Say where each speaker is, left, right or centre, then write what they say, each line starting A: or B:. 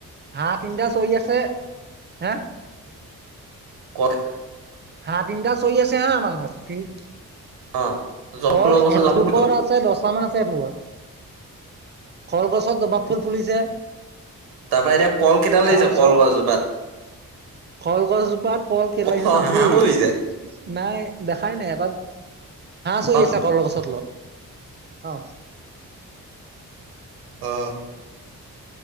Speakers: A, on the right; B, on the right.
A: হাঁহ তিনিটা চৰি আছে। হা
B: কৰ
A: হা‍ঁহ তিনিটা চৰি আছে হা, আমাৰ ঘৰত। তিন
B: অ জবা
A: কল
B: ফুলৰ গছত
A: এথোকত
B: জবা ফুল গ'ল
A: আছে, দছটামান আছে এথোকত। কল গছ ছত জবাব ফুল ফুলিছে।
B: তাৰপা এতিয়া কল কেইটা লাগিছে,
A: তাৰপিছত
B: কলগছজোপাত?
A: কলগছজোপাত কল কেইটা
B: অ
A: লাগিছে চাম দেই।
B: হাঁহো লাগিছে
A: নাই, দেখাই নাই এটা ছৈ
B: অ
A: আছে কলগছৰ তলত। অ'।
B: অ'।